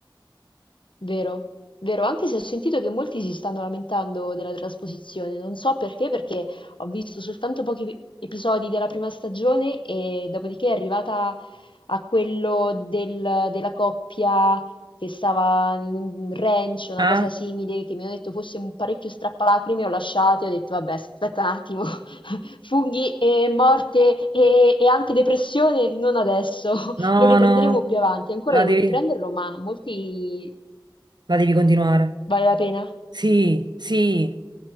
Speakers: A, on the left (about 80°); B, on the right (about 60°).
A: Vero, vero, anche se ho sentito che molti si stanno lamentando della trasposizione, non so perché, perché ho visto soltanto pochi pi- episodi della prima stagione e dopodiché è arrivata a quello del- della coppia che stava in un ranch, una
B: Ah,
A: cosa simile, che mi hanno detto fosse un parecchio strappalacrime, ho lasciato e ho detto vabbè, aspetta un attimo, <laughs> funghi e morte e, e anche depressione, non adesso, <laughs>
B: no,
A: lo riprenderemo
B: no,
A: più avanti, ancora
B: la
A: devo
B: devi,
A: riprenderlo, ma molti
B: la devi continuare.
A: Vale la pena?
B: Sì, sì,